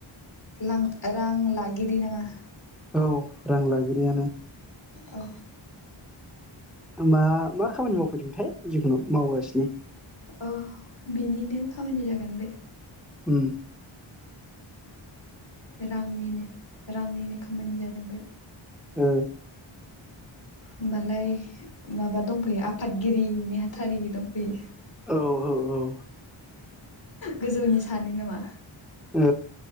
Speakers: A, on the left (about 65°); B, in the centre.
A: लां रां लागिरि नामा
B: औ रां लागिरियानो
A: औ
B: मा मा खामानि मावफैदोंथाय जिखुनु मावगासिनो
A: औ बेनिनो खामानि जागोन बे
B: ओम
A: रांनिनो रांनिनो खा मानि जागोन बे
B: ओ
A: होमबालाय माबा दंफैयो आफादगिरि नेहाथारि दंफैयो
B: औ औ औ
A: गोजौनि सानो नामा
B: औ